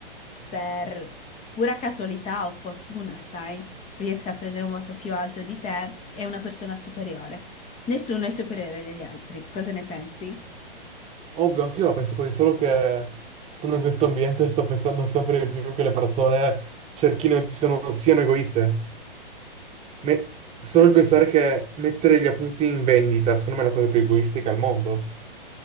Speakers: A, on the left (about 25°); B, on the right (about 20°).
A: per pura casualità o fortuna, sai, riesca a prendere un voto più alto di te, è una persona superiore. Nessuno è superiore degli altri. Cosa ne pensi?
B: Ovvio, anch'io la penso così, solo che stando in questo ambiente sto pensando sempre di più che le persone cerchino, siano, siano egoiste. Me- solo il pensare che mettere gli appunti in vendita, secondo me è la cosa più egoistica al mondo.